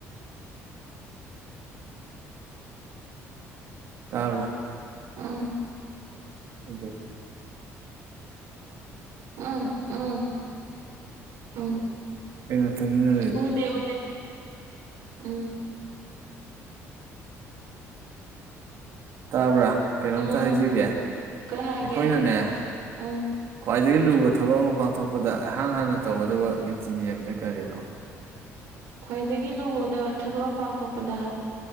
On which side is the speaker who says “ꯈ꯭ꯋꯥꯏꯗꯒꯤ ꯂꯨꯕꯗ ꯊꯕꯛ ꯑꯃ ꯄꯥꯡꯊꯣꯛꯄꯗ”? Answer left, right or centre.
Right